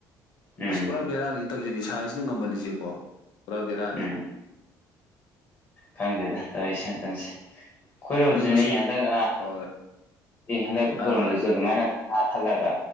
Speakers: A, on the left; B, on the left.
A: ꯎꯝ
B: ꯑꯁ ꯄꯨꯔꯥ ꯕꯦꯔꯥꯅꯦꯅ ꯇꯧꯁꯤ ꯅꯤꯁꯥꯁꯤꯅ ꯉꯝꯍꯜꯂꯤꯁꯦꯀꯣ ꯄꯨꯔꯥ ꯕꯦꯔꯥꯅꯦ
A: ꯎꯝ ꯈꯪꯗꯦꯗ ꯇꯧꯔꯤꯁꯦꯇꯟꯁꯦ ꯑꯩꯈꯣꯏꯔꯣꯝꯁꯨꯅꯦ
B: ꯑꯗꯣ ꯃꯁꯤ
A: ꯍꯟꯗꯛꯈ
B: ꯍꯣꯏ
A: ꯍꯟꯗꯛ ꯑꯩꯈꯣꯏꯔꯣꯝꯗꯁꯨ
B: ꯍꯥꯏꯔꯣ ꯍꯥꯏꯔꯣ
A: ꯑꯗꯨꯃꯥꯏꯅ ꯆ ꯊꯠꯂꯒ